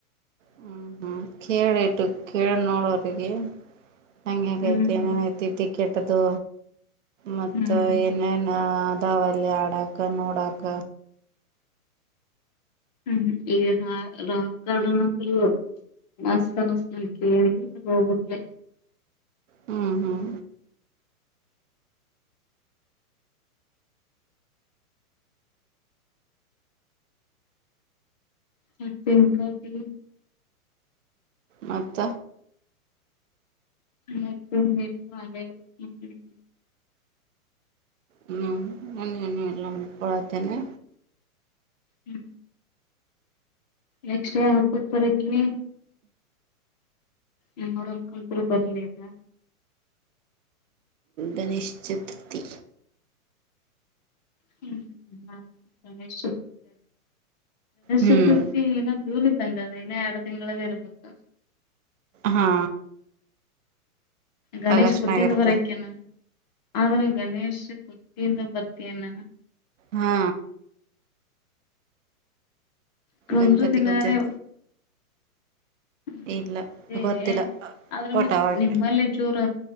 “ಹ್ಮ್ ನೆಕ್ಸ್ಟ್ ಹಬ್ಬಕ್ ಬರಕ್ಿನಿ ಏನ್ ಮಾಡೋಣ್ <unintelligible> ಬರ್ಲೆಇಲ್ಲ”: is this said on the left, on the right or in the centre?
Left